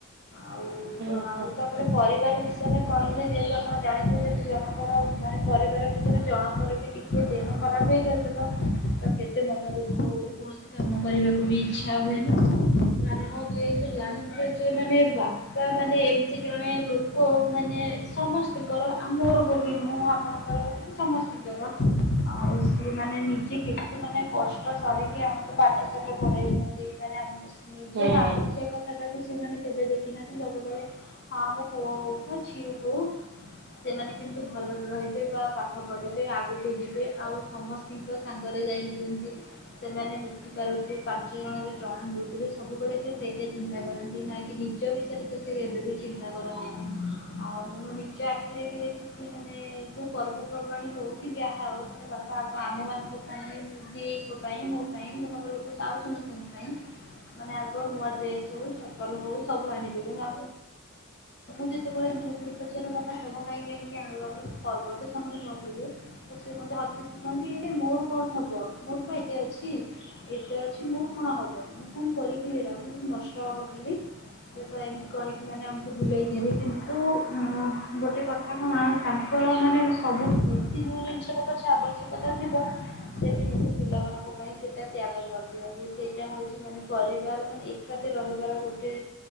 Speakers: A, on the left (about 55°); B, on the right (about 55°).
A: ଆଉ,
B: ହୁଁ
A: ଆଉ
B: ହୁଁ ହୁଁ
A: ତାପରେ ପରିବାର ବିଷୟରେ କହିଲେ ଯେହେତୁ ଆପଣ ଜାଣିଥିବେ, ଯଦି ଜଣଙ୍କର ମାନେ ପରିବାର ଭିତରୁ ଜଣଙ୍କର ବି ଟିକେ ଯେତେବେଳେ ଦେହ ଖରାପ ହେଇଯାଉଚିତ, ତ କେତେ ମନ ଦୁଃଖ ହୁଏ କଣସି କୌଣସି କାମ କରିବାକୁ ବି ଇଚ୍ଛା ହୁଏନି। ହଁ, ଯେହେତୁ ଜାଣିଥିଲ ଯେ, ମାନେ ବା ପା ମାନେ ଏମିତି ଜଣେ ଲୋକ ମାନେ ସମସ୍ତଙ୍କର ଆମର ବୋଲି ନୁହଁ, ଆପଣଙ୍କର ଗୋଟେ ସମସ୍ତଙ୍କର। ଆଉ ସିଏ ମାନେ ନିଜେ କେତେ ମାନେ କଷ୍ଟ ସହିକି ଆମକୁ ପାଠ ସାଠ ପଢେଇଚନ୍ତି ମାନେ ଆମକୁ ସେ ନିଜର
B: ହୁଁ
A: ଆବ ସେ କଥା ଟାକୁ ସେମାନେ କେବେ ଦେଖିନାହାନ୍ତି ସବୁବେଳେ ଆ ମୋ ପୁଅ ହଉ ବା ଝିଅ ହଉ ସେମାନେ କେମିତି ଭଲରେ ରହିବେ ବା ପାଠ ପଢିବେ ଆଗକୁ ଯିବେ ଆଉ ସମସ୍ ଙ୍କ ସାଙ୍ଗରେ ଯାଇଁକି ଯେମିତି ସେମାନେ ମିଶି ପାରୁଥିବେ ପାଞ୍ଚ ଜଣରେ ଜଣ ହେଉଥିବେ ସେ ସବୁବେଳେ ସେ ସେଇଟା ଚିନ୍ତା କରନ୍ତି ନା କି ନିଜ ବିଷୟରେ ତ ସେ କେବେ ବି ଚିନ୍ତା କରନ୍ତି ନାହିଁ। ଆଉ ମୁଁ ମୋ ନିଜ ଆଖିରେ ବି ଦେଖିଚି ମାନେ ଯୋଉ ପର୍ବପର୍ବାଣି ହଉ କି ଯାହା ହଉ ମାନେ ବା କାହାକୁ ଆମ ମାନଙ୍କ ପାଇଁ ମୋ ଦେଇଙ୍କ ପାଇଁ ମୋ ପାଇଁ <unintelligible> ଆଉ ସମସ୍ତଙ୍କ ପାଇଁ। ମାନେ ଆଗ ନୂଆ ଡ୍ରେସ ହଉ ଚପଲ ହଉ ସବୁ ଆଣିବେ କିନ୍ତୁ ଆମେ ମୁଁ ଯେତେବେଳେ ଥରେ ଥରେ ପଚାରେ ବାପା ତମ ପାଇଁ କାହିଁକି ଆଣିଲନି ପର୍ବତ ସମସ୍ତେ ନୂଆ ପିନ୍ଧିବେ। ସେ ମତେ ହସିକି କହନ୍ତି ଏ ମୋର କଣ ହବ ମୋର ପା ଏତେ ଅଛି। ଏତେ ଅଛି ମୁଁ କଣ ହବ ମୁଁ କଣ କରିବି ଏଇରା ନଷ୍ଟ ହବ ଖାଲି। ସେ ତ ଏମିତି କହିକି ମାନେ ଭୁଲେଇ ଦେଲେ କିନ୍ତୁ ଉଁ ଗୋଟେ କଥା କଣ ତାଙ୍କର ମାନେ ସବୁଠୁ ବେଶୀ ଯୋଉ ଜିନିଷ ପଛ ଆବଶ୍ୟକତା ଥିବ ସେ ବି ନିଜେ ପିଲାମାନଙ୍କ ପାଇଁ ସେଇଟା ତ୍ୟାଗ କରିଦିଅନ୍ତି ସେଇଟା ହଉଚି ମାନେ ପରିବାର ମାନେ ଏକାଠି ରହିବାର ଗୋଟେ